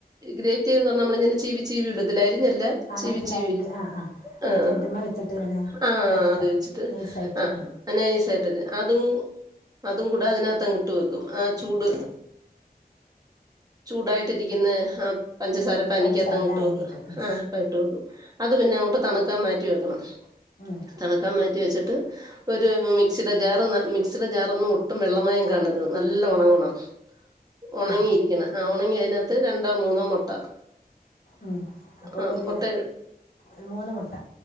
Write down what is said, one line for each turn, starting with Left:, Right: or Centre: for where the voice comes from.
Right: ഗ്രേറ്റ് ചെയ്തെന്ന് പറഞ്ഞാ നമ്മളിങ്ങനെ ചീവി ചീവി ഇടത്തില്ലേ അരിഞ്ഞല്ല
Left: ആ
Right: ചീവി
Left: മനസ്സിലായി
Right: ചീവി
Left: എനിക്ക് ആ ആ
Right: ആഹ്
Left: മറ്റേ ഇതിമ്മ വെച്ചിട്ട് ഇങ്ങനെ
Right: ആഹ്
Left: കട്ട് ഇതാക്കും
Right: അത് വെച്ചിട്ട്
Left: നൈസായിട്ട്
Right: ആഹ്
Left: ഉം.
Right: നൈസ്ആയിട്ട് അതും, അതും കൂടെ അതിനകത്ത്ങ്ങിട്ട്, വെക്കും, ആഹ് ചൂട് ചൂടായിട്ടിരിക്കുന്ന, ആഹ് പഞ്ചസാര
Left: ഉം,
Right: പ അനിക്കാത്തങ്ങിട്ട്,
Left: പഞ്ചസാര ലായനിക്ക്
Right: വെക്കും,
Left: ഉം.
Right: ആഹ് അ ഇട്ട് വെക്കും, അത് പിന്നെ അങ്ങോട്ട്, തണുക്കാൻ മാറ്റി വെക്കണം.
Left: ഉം.
Right: തണക്കാൻ, മാറ്റി വെച്ചിട്ട്, ഒരു മിക്സിടെ ജാറ് മിക്സിയുടെ, ജാറ ഒന്നും, ഒട്ടും വെള്ളമായം, കാണരുത് നല്ല, ഉണങ്ങണം. ഉണങ്ങിയിരിക്കണ,
Left: ആ
Right: ആഹ്, ഉണങ്ങിയ അതിനകത്ത്, രണ്ടോ മൂന്നോ മുട്ട.
Left: ഉം, അപ്പൊ
Right: ആ
Left: ഒരു
Right: മുട്ട
Left: ഒരു മൂന്ന് മുട്ട